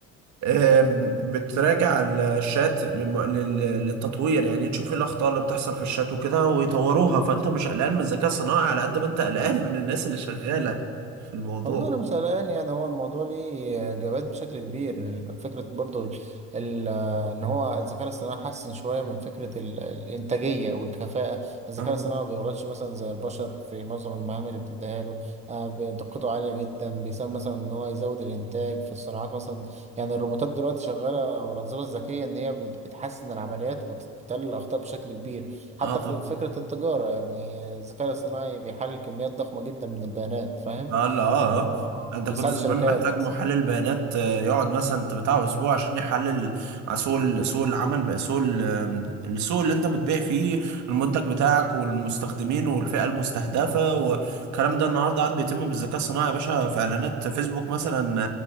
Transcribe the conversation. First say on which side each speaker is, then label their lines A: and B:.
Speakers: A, on the right; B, on the right.
A: آم، بتراجع الشات لم- لل- للتطوير يعني تشوف ايه الاخطاء اللي بتحصل في الشات وكده ويطوروها فانت مش قلقان من الذكاء الصناعي على قد ما انت قلقان من الناس اللي شغاله في الموضوع
B: والله انا مش قلقان يعني هو الموضوع ليه اجابات بشكل كبير فكره برضو ال ال ان هو الذكاء الاصطناعي حسن شويه من فكره ال الانتاجيه والكفاءه الذكاء
A: آه.
B: الاصطناعي ما بيغلطش مثلا زي البشر في معظم المهام اللي بتديها له آه، دقته عاليه جدا بيساهم مثلا ان هو يزود الانتاج في الصناعات مثلا يعني الروبوتات دلوقتي شغاله والانظمه الذكيه ان هي بت- بتحسن العمليات وبتقلل الاخطاء بشكل كبير حتى
A: اه طبعا
B: في فكره التجاره يعني الذكاء الاصطناعي بيحلل كميات ضخمه جدا من البيانات فاهم
A: اه لا اه
B: اللي
A: اه
B: هو اه
A: انت
B: بيساعد
A: كنت زمان
B: الشركات
A: محتاج محلل بيانات آه، يقعد مثلا انت بتاع اسبوع عشان يحلل مع سوق ال- سوق العمل بقى سوق ال- آم، السوق اللي انت بتبيع فيه المنتج بتاعك والمستخدمين والفئة المستهدفة والكلام ده النهارده قاعد بيتم بالذكاء الصناعي يا باشا في اعلانات فيسبوك مثلا